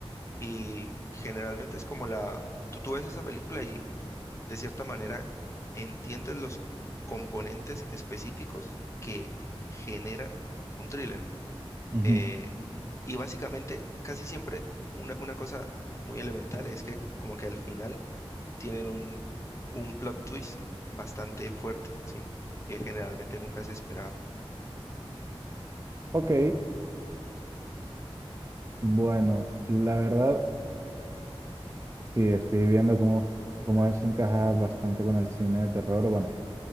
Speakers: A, on the left (about 30°); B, on the right (about 30°).
A: Y generalmente es como la... Tú, tú ves esa película y de cierta manera, entiendes los componentes específicos que generan un thriller.
B: Ujú.
A: Eh, y básicamente, casi siempre, una, una cosa muy elemental es que como que al final tienen un, un plot twist bastante fuerte, ¿sí? Que generalmente nunca se esperaba.
B: Ok, bueno, la verdad, sí, estoy viendo cómo, cómo eso encaja bastante con el cine de terror, o bueno,